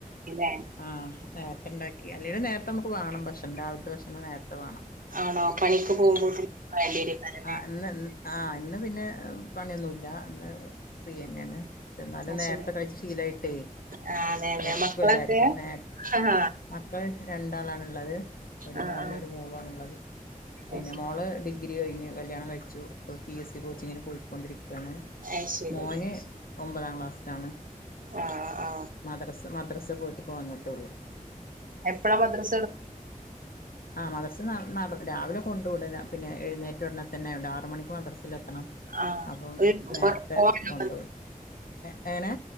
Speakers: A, on the right (about 70°); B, on the left (about 80°).
A: ഇല്ലേ?
B: ആഹ് നേരത്തെണ്ടാക്കി അല്ലേലും നേരത്തെ നമുക്ക് വാണം ഭക്ഷണം രാവിലത്തെ ഭക്ഷണം നേരത്തെ വാണം
A: ആണോ? പണിക്ക് പോകുമ്പോ പിന്നെ വേണ്ടി <unintelligible>
B: അന്ന് ആ ഇന്ന് പിന്നെ പണിയൊന്നുല്ല ഇന്ന് ഫ്രീ യെന്നേണ് എന്നാലും
A: അത്
B: നേരത്തെ
A: ശരി
B: കഴ്ച്ച് ശീലായിട്ടേ
A: ആ അതെ അതെ
B: വെഷ്ക്കും
A: മക്കളൊക്കെ
B: എല്ലാർക്കും നേര
A: ആഹ്
B: മക്കൾ രണ്ടാളാണ്ള്ളത് ഒരു
A: ആ
B: മോനും
A: ആ
B: ഒരു മോളു ആണുള്ളത് പിന്നെ
A: അത് ശരി
B: മോള് ഡിഗ്രി കഴിഞ്ഞ് കല്യാണം കഴിച്ചുപ്പ പി എസ് സി കോച്ചിങ്ങിന് പോയിക്കൊണ്ടിരിക്കാണ്
A: അത് ശരി
B: മോന് ഒമ്പതാം ക്ലാസ്സിലാണ്
A: ആ ആ
B: മദ്ര മദ്രസ പോയിട്ട് പ്പവന്നിട്ടുള്ളൂ
A: എപ്പളാ മദ്രസടു
B: ആ മദ്രസ് ന്ന <unintelligible> രാവിലെ ഉടനെ പിന്നെ എഴുന്നേറ്റ ഉടനെതന്നെ ആറുമണിക്ക് മദ്രസ് ലെത്തണം
A: ആ
B: അപ്പം
A: ഒരു
B: നേരത്തെ
A: പോവാണ്ടോ
B: കൊണ്ട് വിടും എ എങ്ങനെ?